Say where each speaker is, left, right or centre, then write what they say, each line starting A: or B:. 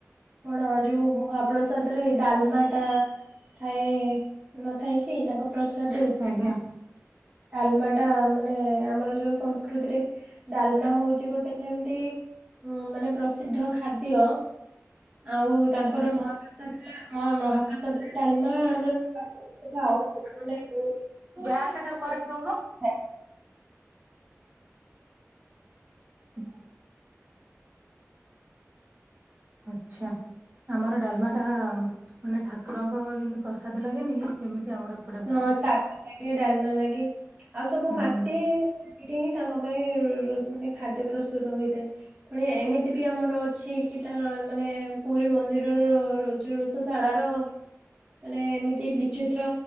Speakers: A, on the right (about 25°); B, on the right (about 50°).
A: କଣ ଯୋଉ ମହାପ୍ରସାଦ ରେ ଡାଲମା ଟା ଥାଏ ନଥାଏ କିି ତାଙ୍କ ପ୍ରସାଦରେ।
B: ଆଜ୍ଞା।
A: ଡାଲମା ଟା ମାନେ ଆମର ଯୋଉ ସଂସ୍କୃତିରେ ଡାଲମା ହୋଉଛି ଗୋଟେ ଯେମିତି ଉ ମାନେ ପ୍ରସିଦ୍ଧ ଖାଦ୍ୟ। ଆଉ ତାଙ୍କର ମହାପ୍ରସାଦ ଟା ମହାପ୍ରସାଦ ରେ ଡାଲମା ହୁଏ। ସେଟା ଆଉ ଶୁଭୁନି କୋଉ
B: ବ୍ୟାକଟା ସେଟା କରିକି ଦଉନୁ।
A: ଆ
B: <inaudible> ଆଚ୍ଛା। ଆମର ଡାଲମା ଟା ମାନେ ଠାକୁରଙ୍କ ଯେମତି ପ୍ରସାଦ ଲାଗେନି କି ସେମିତି ଆମର ବି
A: ହଁ ଶାଗ ଲାଗେ ଡାଲମା ଲାଗେ ଆଉ ସବୁ
B: ହୁଁ
A: ମାଟି ସେଇଠି ହିଁ ତାଙ୍କ ପାଇଁ ରୁ ମାନେ ଖାଦ୍ୟ ପ୍ରସ୍ତୁତ ହୋଇଥାଏ। ପୁଣି ଏମିତି ବି ଆମର ଅଛି କି ତା ମାନେ ପୁରୀ ମନ୍ଦିରର ଯୋଉ ରୋଷ ଶାଳାର ମାନେ ଏମିତି ବିଚିତ୍ର